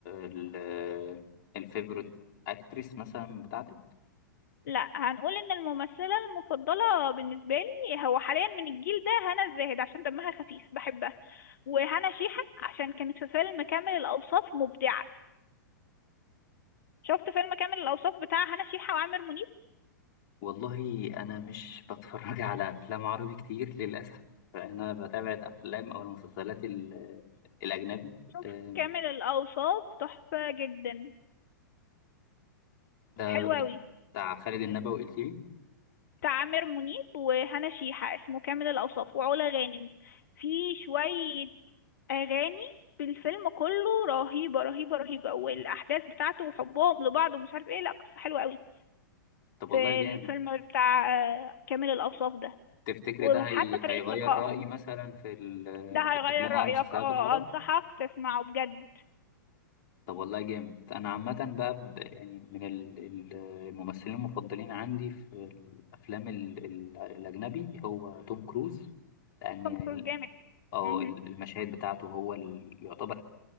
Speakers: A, on the left; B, on the left.
A: ال... الفيفوريت أكتريس مثلا بتاعتك
B: لا هنقول ان الممثله المفضله بالنسبه لي هو حاليا من الجيل ده هنا الزاهد عشان دمها خفيف بحبها وهنا شيحه عشان كانت في فيلم كامل الاوصاف مبدعه شفت فيلم كامل الاوصاف بتاع هنا شيحه وعامر منيب
A: والله انا مش بتفرج على افلام عربي كتير للاسف انا بتابع الافلام او المسلسلات ال- الاجنبي
B: شوف
A: أم،
B: كامل الاوصاف تحفه جدا
A: ده
B: حلو قوي
A: بتاع خالد النبوي قلت لي
B: بتاع عامر منيب وهنا شيحه اسمه كامل الاوصاف وعلا غانم في شويه اغاني بالفيلم كله رهيبه رهيبه رهيبه والاحداث بتاعته وحبهم لبعض ومش عارف ايه لا قصه حلوه قوي
A: طب
B: في
A: والله جامد
B: الفيلم بتاع آه، كامل الأوصاف ده
A: تفتكري
B: وحتى
A: ده هي...
B: طريقة
A: هيغير
B: لقائهم
A: رايي مثلا في ال...
B: ده هيغير
A: في الافلام
B: رأيك
A: او المسلسلات
B: اه
A: العرب
B: أنصحك تسمعه بجد
A: طب والله جامد انا عامه بقى ب... يعني من ال... ال- الممثلين المفضلين عندي في الافلام ال... ال... الاجنبي هو توم كروز لان
B: توم
A: يعني
B: كروز
A: ال-
B: جامد
A: اه
B: مهم.
A: المشاهد بتاعته هو ال... يعتبر